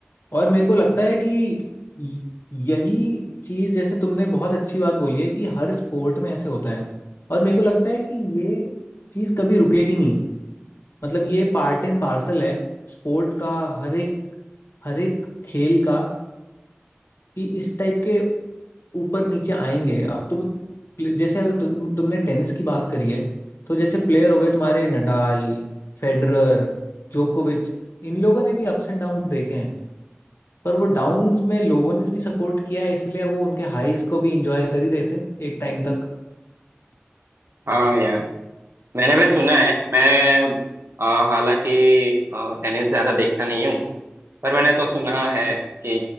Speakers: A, on the left; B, on the right.
A: और मेरे को लगता है कि य- यही चीज जैसे तुमने बहुत अच्छी बात बोली है कि हर स्पोर्ट में ऐसे होता है और मेरे को लगता है कि ये चीज कभी रुकेगी नहीं मतलब ये पार्ट एंड पार्सल है स्पोर्ट का हर एक हर एक खेल का कि इस टाइप के ऊपर नीचे आएंगे अब तुम प्ले- जैसे अगर तुम, तुमने टेनिस की बात करी है तो जैसे प्लेयर हो गए तुम्हारे नडाल फेडरर जोकोविच इन लोगों ने भी अप्स एंड डाउन देखे हैं पर वो डाउन्स में लोगों ने भी सपोर्ट किया है इसलिए वो उनके हाईज को भी इंजॉय कर ही रहे थे एक टाइम तक
B: हाँ यार मैंने भी सुना है मैं अ, हालांकि अ, टेनिस ज्यादा देखता नहीं हूँ पर मैंने तो सुना है कि